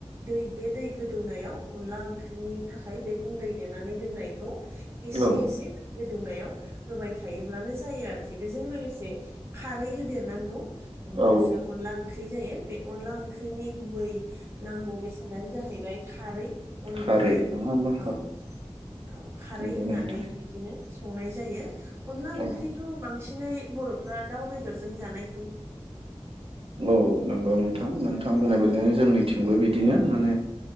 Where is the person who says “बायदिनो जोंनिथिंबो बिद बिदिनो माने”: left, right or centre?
Right